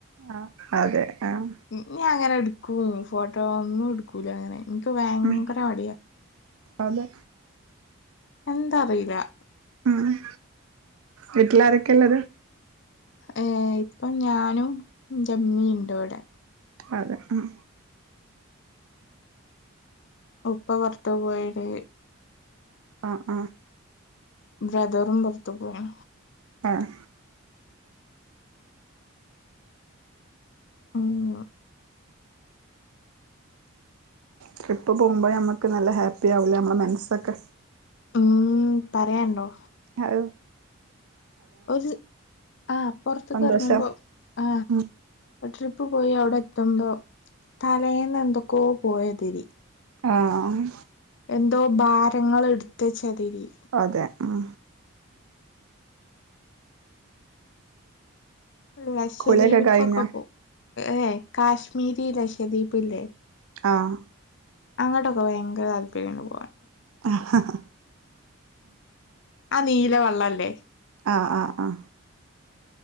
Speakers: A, on the right; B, on the left.
A: ആഹ് അതെ ആഹ്.
B: ഉം, ഞ്യാങ്ങനെട്ക്കും ഫോട്ടോ ഒന്നുട് കൂലാങ്ങനെ ൻക്ക് വയങ്കര
A: ഉം
B: മടിയാ
A: അതെ
B: എന്താറീലാ.
A: ആഹ് വീട്ട്ലാരൊക്കെള്ളത്.
B: ഏഹ്, ഇപ്പം ഞാനും ൻ്റെമ്മീണ്ട് വടെ.
A: അതെ, ഉം
B: ഉപ്പ പൊർത്ത് പോയിണ്.
A: ആഹ് ആഹ്
B: ബ്രദറും പൊർത്ത് പോണ്
A: ആഹ്
B: ആഹ് ആഹ്
A: ട്രിപ്പ് പോകുമ്പ നമുക്ക് നല്ല ഹാപ്പിയാവൂല്ലേ നമ്മളെ മനസ്സൊക്കെ
B: ഉം പറയാണ്ടോ
A: അഹ്
B: ഒരു ആ പൊറത്ത്ക്കെറങ്ങുമ്പോ
A: സന്തോഷം
B: ആ
A: ഉം
B: ട്രിപ്പ് പോയി അവ്ടെ എത്തുമ്പോ തലേന്ന് എന്തൊക്കോ പോയാത്‌രി
A: ആഹ്
B: എന്തോ ഭാരങ്ങള്ട്ത്തെച്ചാതിരി
A: അതെ ആ
B: ലക്ഷദ്വീപ്
A: കുളിയൊക്കെ കഴിഞ്ഞോ
B: ക്കൊക്കെ പോവും ഏഎ കാശ്മീരി ലക്ഷദ്വീപ് ല്ലേ
A: ആഹ്
B: അങ്ങട്ടൊക്കെ ഭയങ്കര താല്പര്യം ണ്ട് പോവാൻ
A: ആഹ് ഹഹഹ
B: ആ നീല വള്ളല്ലേ
A: ആഹ് ആഹ് ആഹ്